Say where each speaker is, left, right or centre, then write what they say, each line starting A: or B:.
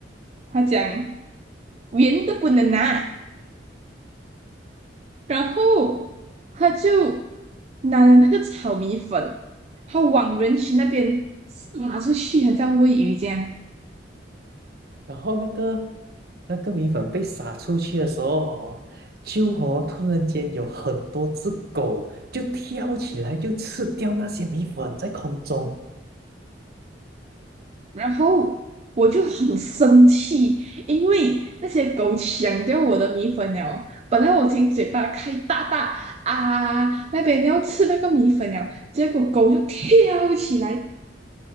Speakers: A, on the right; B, on the right.
A: 他讲圆的不能拿，然后他就拿了那个炒米粉，他往人群那边撒出去，很像喂鱼这样。
B: 然后那个那个米粉被撒出去的时候哦，就哦突然间有很多只狗就跳起来就吃掉那些米粉在空中，
A: 然后我就很生气，因为那些狗抢掉我的米粉了。本来我已经嘴巴开大大啊，那边要吃那个米粉了，结果狗就跳起来